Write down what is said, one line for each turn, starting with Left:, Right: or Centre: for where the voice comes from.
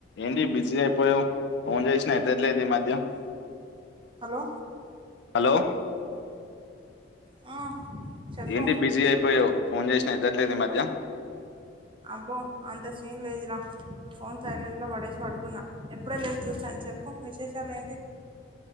Left: ఏంది బిజీ అయిపోయావు ఫోన్ చేసినా ఎతట్లేదు ఈ మధ్య
Right: హలో
Left: హలో
Right: ఆ చెప్పు
Left: ఏంటి బిజీ అయిపోయావు ఫోన్ చేసినా ఎతట్లేదు ఈ మధ్య
Right: అబ్బో అంత సీన్లేదురా ఫోన్ సైలెంట్ లో పడేసి పడుకున్నా ఎప్పుడే లేచి చూసాను చెప్పు విశేషాలు ఏంటి